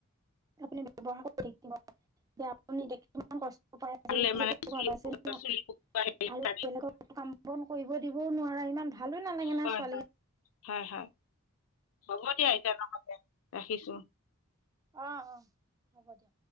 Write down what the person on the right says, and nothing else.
আপুনি ব্যৱহাৰ কৰি থাকিব যে আপুনি এতি কিমান কষ্ট
নি
গম পাইছে ন
আৰু
বেলেগক কাম বন কৰিব দিবও নোৱাৰো <unintelligible> ইমান ভালো নালাগে
ন ছোৱালীকেই
অ', অ', হ'ব দিয়া।